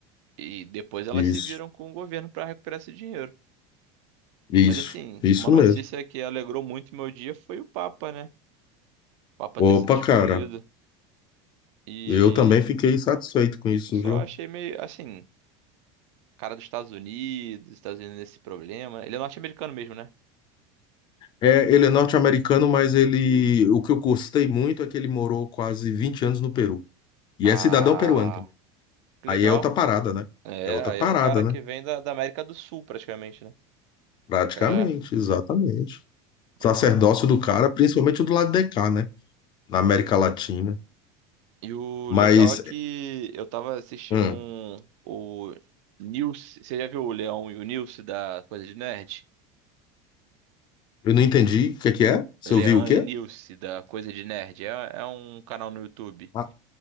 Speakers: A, on the right; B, on the left.
A: E depois elas
B: isso,
A: se viram com o governo para recuperar esse dinheiro.
B: isso,
A: Mas assim,
B: isso
A: uma notícia
B: mesmo.
A: que alegrou muito meu dia foi o Papa, né? O Papa
B: Opa,
A: ter sido escolhido.
B: cara,
A: E
B: eu também fiquei satisfeito com isso,
A: eu só
B: viu?
A: achei meio assim, cara dos Estados Unidos, Estados Unidos nesse problema. Ele é norte-americano mesmo, né?
B: É, ele é norte-americano, mas ele, o que eu gostei muito é que ele morou quase 20 anos no Peru. E
A: Ah,
B: é cidadão peruano também.
A: que
B: Aí
A: legal.
B: é outra parada, né?
A: É,
B: É outra
A: aí
B: parada,
A: é um cara
B: né?
A: que vem da, da América do Sul, praticamente, né?
B: Praticamente,
A: Cara.
B: exatamente. Sacerdócio
A: Uhum.
B: do cara, principalmente o do lado de cá, né? Na América Latina.
A: E o
B: Mas,
A: legal é que eu tava assistindo
B: hum,
A: um, o Nilce. Você já viu o Leão e o Nilce da Coisa de Nerd?
B: eu não entendi o que que é. Você
A: Leão
B: ouviu o quê?
A: e Nilce, da Coisa de Nerd. É, é um canal no YouTube.
B: Ah,